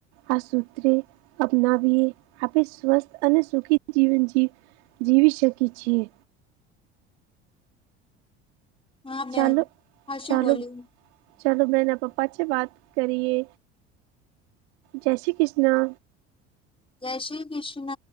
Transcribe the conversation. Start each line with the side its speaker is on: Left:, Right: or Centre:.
Right: આ સૂત્રે અપનાવીએ આપે સ્વસ્થ અને સુખી જીવન જીવ જીવી શકી છીએ.
Left: હા બેન
Right: ચાલો
Left: હાશું
Right: ચાલો
Left: બોલ્યું.
Right: ચાલો મેના પપ્પા છે. વાત કરીએ જય શ્રી કૃષ્ણ.
Left: જય શ્રી કૃષ્ણ.